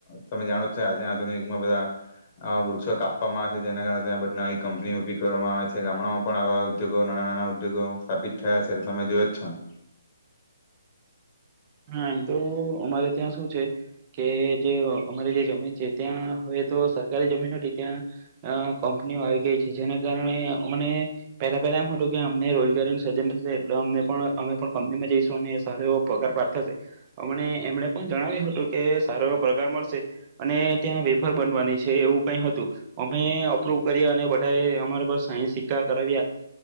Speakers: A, on the left; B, on the right.
A: તમે જાણો છો આજે આધુનિકમાં બધા આવા વૃક્ષો કાપવામાં આવે છે જેના કારણે ત્યાં બધી નવી કંપની ઊભી કરવામાં આવે છે. ગામડાઓમાં પણ આવા ઉદ્યોગો નાના નાના ઉદ્યોગો સ્થાપિત થાયા છે એટલે તમે જોયોજ છો ને.
B: હા, એમ તો અમારે ત્યાં શું છે કે જે અમારી જે જમીન છે ત્યાં હવે તો સરકારી જમીન હતી ત્યાં અહ કંપનીઓ આવી ગઈ છે જેના કારણે આમને પેલા પેલા એમ હતું કે અમને રોજગારીનું સર્જન થશે એટલે અમને પણ, અમે પણ કંપનીમાં જઈશું ને સારો એવો પગાર પ્રાપ્ત થશે. અમને એમણે પણ જણાવ્યું હતું કે સારો પગાર મળશે અને ત્યાં વેફર બનવાની છે એવું કંઈ હતું. અમે અપ્રુવ કરી અને બધાએ અમારા પાસેથી સાઇન-સિક્કા કરાવ્યા.